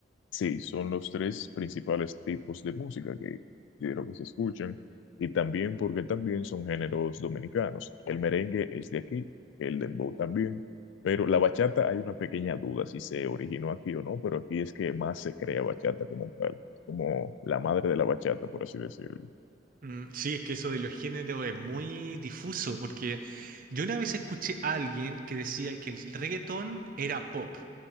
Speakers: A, on the left (about 80°); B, on the right (about 50°).
A: Sí, son los tres principales tipos de música que considero que se escuchan y también porque también son géneros dominicanos. El merengue es de aquí, el dembow también, pero la bachata hay una pequeña duda si se originó aquí o no, pero aquí es que más se crea bachata como tal, como la madre de la bachata, por así decirlo,
B: Mm, sí, es que eso de los géneros es muy difuso, porque yo una vez escuché a alguien que decía que el reggaetón era pop.